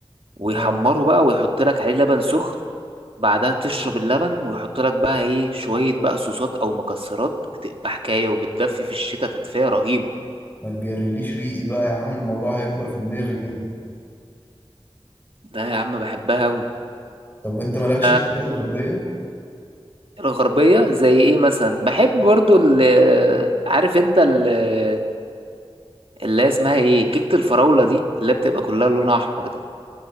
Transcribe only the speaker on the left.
اه
ما تجرليش ريقي بقى يا عم الموضوع هيكبر في دماغي كده
طب وانت مالكش
في الحاجات الغربية؟